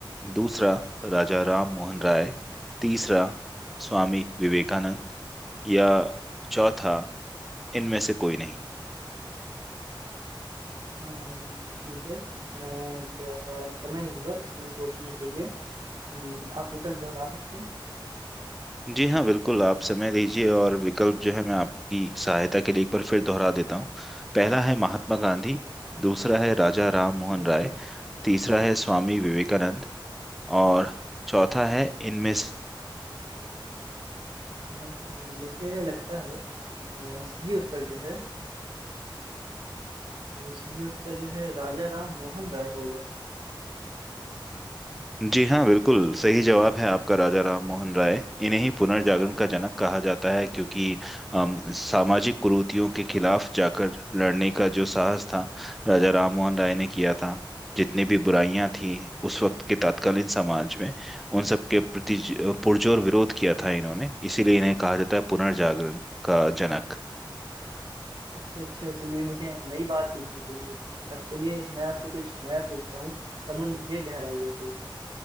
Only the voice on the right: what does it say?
अम्म, ठीक है मैं थोड़ा सा समय लूंगा इसमें सोचने के लिए अम्म, आप विकल्प दोहरा सकते हैं
ठीक
है
अ, अ, मुझे लगता है अ, सही उत्तर जो है ये सही उत्तर जो है राजा राम मोहन राय होगा
अच्छा अच्छा चलिए मुझे नई बात सीखने को मिली अब चलिए मैं आपसे कुछ नया पूछता हूँ समुद्र के गहराइयों से